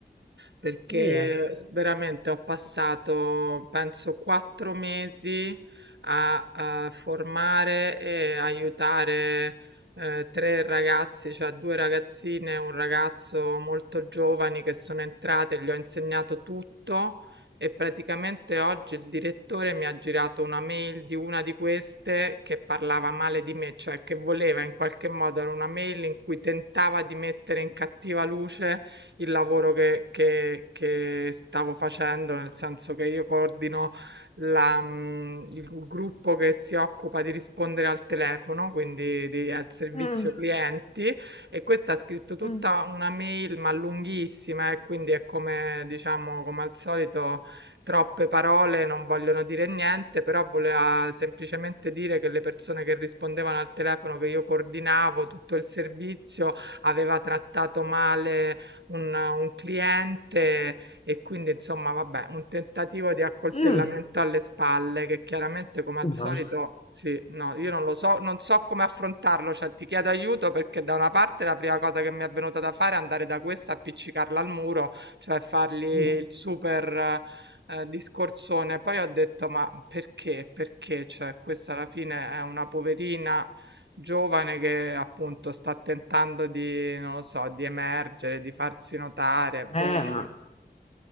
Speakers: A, on the right (about 80°); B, on the left (about 35°).
A: Perché
B: Via.
A: veramente ho passato, penso, quattro mesi a, eh, formare e aiutare, eh, tre ragazzi, cioè due ragazzine e un ragazzo molto giovani che sono entrate, gli ho insegnato tutto e praticamente oggi il direttore mi ha girato una mail di una di queste che parlava male di me, cioè che voleva in qualche modo, era una mail in cui tentava di mettere in cattiva luce il lavoro che, che- che stavo facendo, nel senso che io coordino la, mm, il gruppo che si occupa di rispondere al telefono, quindi di- al servizio
B: Mm,
A: clienti, e questa ha scritto tutta
B: mm,
A: una mail ma lunghissima e quindi è come diciamo come al solito Troppe parole non vogliono dire niente, però voleva semplicemente dire che le persone che rispondevano al telefono che io coordinavo, tutto il servizio, aveva trattato male un, un cliente e quindi insomma, vabbè, un tentativo di accoltellamento
B: mm.
A: alle spalle che chiaramente come al solito
B: Dai,
A: sì, no, io non lo so, non so come affrontarlo, cioè ti chiedo aiuto perché da una parte la prima cosa che mi è venuta da fare è andare da questa, appiccicarla al muro, cioè fargli il
B: dai.
A: super eh, eh, discorsone. Poi ho detto, ma perché? Perché? Cioè, questa alla fine è una poverina giovane che appunto sta tentando di, non lo so, di emergere, di farsi notare, boh,
B: Eh,
A: cioè.
B: ma